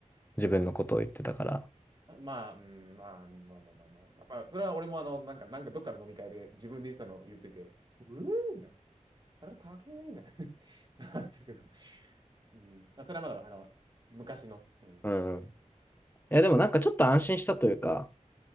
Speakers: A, on the left; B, on the right.
A: 自分のことを言ってたから。
B: まあ、うん、まあ、まあまあまあまあ、まあ、まあそれは俺もあの、なんか、なんかどっかの飲み会で自分で言ってたのを言ってて、うーんみたいな、あれ高えみたいな、<laughs> あったけど、うん。まあ、それはまだ、あの、昔の、うん、
A: うん。
B: やつで。
A: いや、でもなんかちょっと安心したというか、